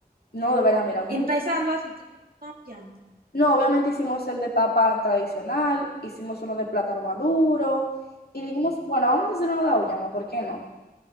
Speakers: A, on the left; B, on the right.
A: No, de verdad, mira, muy
B: Empezando así, tú fuiste a Uyama.
A: No, obviamente hicimos el de papa tradicional, hicimos uno de plátano maduro y dijimos, bueno, vamos a hacer uno de auyama, ¿por qué no?